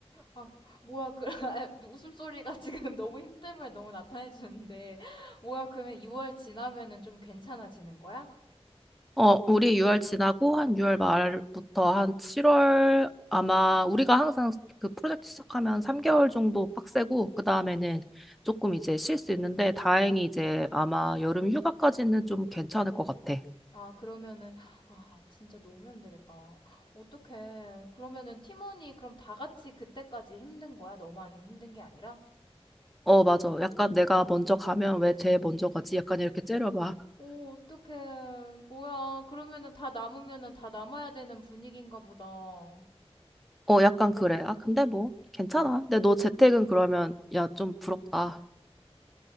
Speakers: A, on the left; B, in the centre.
A: 아, 뭐야, 그, <laughs> 웃음소리가 지금 너무 힘듦을 너무 나타내주는데, <laughs> 뭐야, 그러면 2월 지나면은 좀 괜찮아지는 거야?
B: 어, 우리 6월 지나고 한 6월 말부터 한 7월 아마 우리가 항상 그 프로젝트 시작하면 3개월 정도 빡세고, 그 다음에는 조금 이제 쉴 수 있는데, 다행히 이제 아마 여름 휴가까지는 좀 괜찮을 것 같아.
A: 아, 그러면은, 아, 진짜 너무 힘들겠다. 어떡해. 그러면은 팀원이 그럼 다 같이 그때까지 힘든 거야? 너만 힘든 게 아니라?
B: 어, 맞아. 약간 내가 먼저 가면 왜 쟤 먼저 가지? 약간 이렇게 째려봐.
A: 오, 어떡해. 뭐야. 그러면은 다 남으면은 다 남아야 되는 분위기인가 보다.
B: 어, 약간 그래. 아, 근데 뭐, 괜찮아. 근데 너 재택은 그러면, 야, 좀 부럽다.